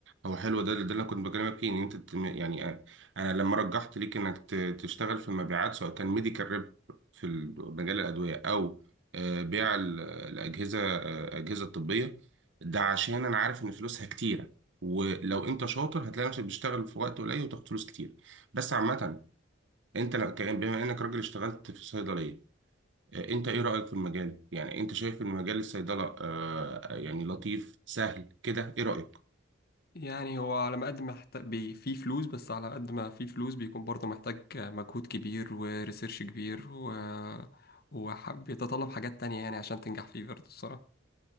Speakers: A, on the right; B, on the left.
A: هو حلو ده ده اللي كنت بكلمك فيه ان انت تم- يعني أ- انا لما رجحت ليك انك ت- تشتغل في المبيعات سواء كان ميديكال ريب في ال- مجال الادويه او آه، بيع ال- الاجهزه آه، اجهزه طبيه ده عشان انا عارف ان فلوسها كتيره ولو انت شاطر هتلاقي نفسك بتشتغل في وقت قليل وتاخد فلوس كتير بس عامه انت لو كان- بما انك راجل اشتغلت في الصيدليه آه، انت ايه رايك في المجال يعني انت شايف ان مجال الصيدله آه، يعني لطيف سهل كده ايه رايك
B: يعني هو على ما قد ما محتاج بي... فيه فلوس بس على قد ما فيه فلوس بيكون برضه محتاج مجهود كبير وريسيرش كبير و... وحب يتطلب حاجات تانية يعني عشان تنجح فيه برضه الصراحة